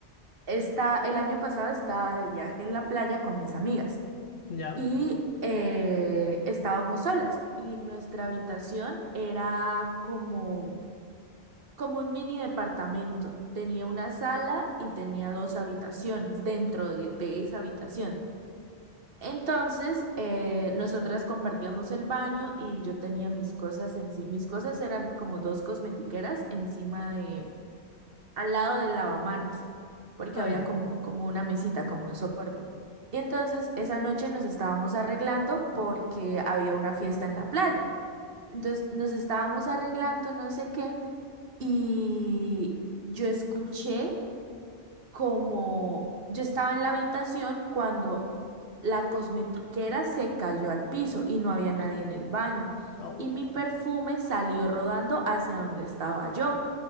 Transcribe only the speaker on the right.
Está, el año pasado estaba de viaje en la playa con mis amigas
y eh, estábamos solas y nuestra habitación era como, como un mini departamento. Tenía una sala y tenía dos habitaciones dentro de, de esa habitación. Entonces, eh, nosotras compartíamos el baño y yo tenía mis cosas encima. Mis cosas eran como dos cosmetiqueras encima de al lado del lavamanos, porque
había
como, como una mesita, como un soporte. Y entonces esa noche nos estábamos arreglando porque había una fiesta en la playa. Entonces nos estábamos arreglando, no sé qué, y yo escuché como yo estaba en la habitación cuando la cosmetiquera se cayó al piso y no había nadie en el baño.
Y mi perfume salió rodando hacia donde estaba yo.